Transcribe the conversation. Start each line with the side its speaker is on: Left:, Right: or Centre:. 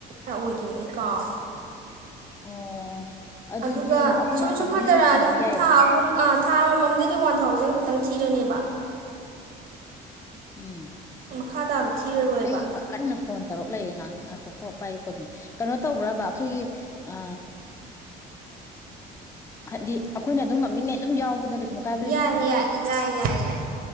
Right: ꯑꯣꯏꯈꯤꯕ ꯅ ꯑꯩ ꯀꯥꯎꯔꯦ
Left: ꯑꯣ ꯑꯗꯨꯗꯤ
Right: ꯑꯗꯨꯒ
Left: ꯑꯩꯈꯣꯏꯅ
Right: ꯁꯨꯝ
Left: ꯇꯝꯅꯤꯡꯉꯩ
Right: ꯁꯨꯝ ꯍꯟꯊꯔꯛꯑꯅꯤ
Left: ꯇꯝ ꯌꯥꯏꯑꯕ
Right: ꯊꯥ ꯑꯍꯨꯝ ꯊꯥ ꯑꯃꯃꯝꯗꯩꯗꯤ ꯋꯥꯟ ꯊꯥꯎꯖꯟ ꯈꯛꯇꯪ ꯊꯤꯔꯅꯦꯕ
Left: ꯎꯝ
Right: ꯃꯈꯥ ꯇꯥꯕ ꯊꯤꯔꯔꯣꯏꯕ
Left: ꯑꯩ ꯀꯟꯅ ꯐꯣꯟ ꯇꯧꯔꯛ ꯂꯩꯌꯦ ꯉꯥꯛꯇ ꯉꯥꯏꯈꯣꯀꯣ ꯄꯥꯏꯌꯨꯀꯣ ꯑꯗꯨꯝ ꯀꯩꯅꯣ ꯇꯧꯕ꯭ꯔꯕ ꯑꯩꯈꯣꯏꯒꯤ ꯎ ꯍꯥꯏꯗꯤ ꯑꯩꯈꯣꯏꯅ ꯑꯗꯨꯝ ꯃꯃꯤꯈꯩ ꯑꯗꯨꯝ ꯌꯥꯎꯕꯗ ꯑꯀꯥꯏꯕ
Right: ꯌꯥꯏ ꯌꯥꯏ ꯌꯥꯏ ꯌꯥꯏ ꯌꯥꯏ